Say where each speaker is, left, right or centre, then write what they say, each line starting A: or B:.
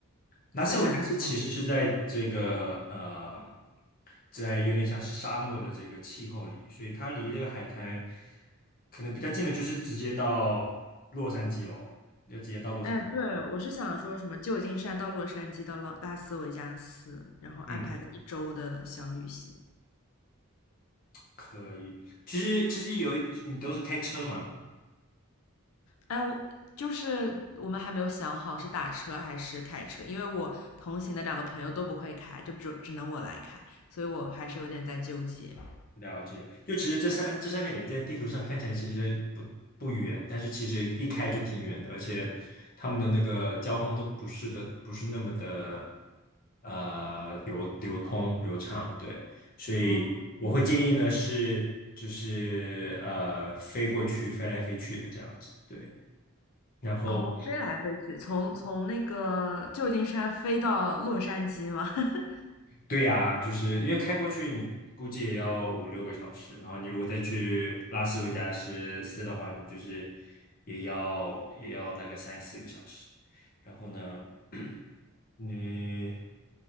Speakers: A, on the left; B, on the left.
A: 拉斯维加斯其实是在这个呃，
B: 自然风光？
A: 在有点像是沙漠的这个气候里，所以它离这个海滩可能比较近的，就是直接到洛杉矶咯，要直接到洛杉矶。
B: 哎，对，我是想说什么旧金山到洛杉矶到拉拉斯维加斯，然后安排个一周的小旅行。
A: 嗯，可以。其实其实有你都是开车嘛，
B: 哎，我就是我们还没有想好是打车还是开车，因为我同行的两个朋友都不会开，就只只能我来开，所以我还是有点在纠结。
A: 了解。就其实这三这三个点在地图上看起来其实不不远，但是其实一开就挺远的，而且他们的那个交通都不是的，不是那么的。呃流流通流畅，对，所以我会建议呢是就是呃飞过去飞来飞去的这样子，
B: 哦，嗯
A: 对，然后
B: 哦，飞来飞去，从从那个旧金山飞到洛杉矶吗？<laughs>
A: 对呀、就是因为开过去你估计也要五六个小时，然后你如果再去拉斯维加斯斯的话，你就是也要也要大概三四个小时，然后呢，<clears throat> 你。